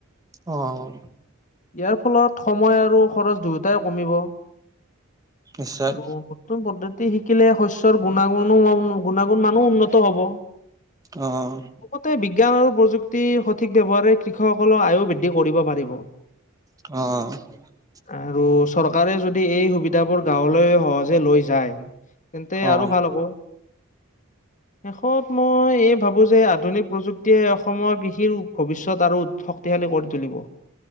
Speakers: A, on the right; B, on the left.
A: অ',
B: ইয়াৰ ফলত সময় আৰু খৰচ দুয়োটাই কমিব
A: নিশ্চয়
B: আৰু নতুন পদ্ধতি হিকিলে সৈচ্য গুণাগুণো গুণাগুণ মানো উন্নত হ'ব
A: অহ
B: লগতে বিজ্ঞান আৰু প্ৰযুক্তিৰ সঠিক ব্যৱহাৰে কৃষকসকলৰ আয়ো বৃদ্ধি কৰিব পাৰিব।
A: অ অ অ
B: আৰু চৰকাৰে যদি এই সুবিধাবোৰ গাঁৱলৈ সহজে লৈ যায় তেন্তে
A: অ',
B: আৰু ভাল হ'ব শেষত মই এই ভাবোঁ যে আধুনিক প্ৰযুক্তিয়ে অসমৰ কৃষ ভৱিষ্যত আৰু শক্তিশালী কৰি তুলিব